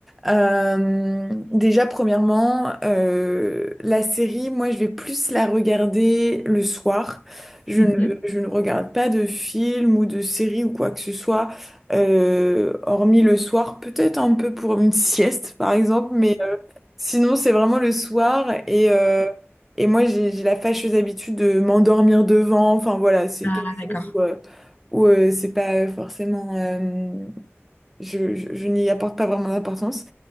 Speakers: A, in the centre; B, on the left.
A: Euh, déjà, premièrement, euh, la série, moi, je vais plus la regarder le soir. Je
B: Mhm.
A: ne, je ne regarde pas de film ou de série ou quoi que ce soit, euh, hormis le soir, peut-être un peu pour une sieste, par exemple, mais euh, sinon, c'est vraiment le soir. Et, euh, et moi, j'ai, j'ai la fâcheuse habitude de m'endormir devant. Enfin, voilà, c'est
B: Ah,
A: quelque
B: d'accord.
A: chose où, euh, où, euh, c'est pas forcément... euh, je, je- je n'y apporte pas vraiment d'importance.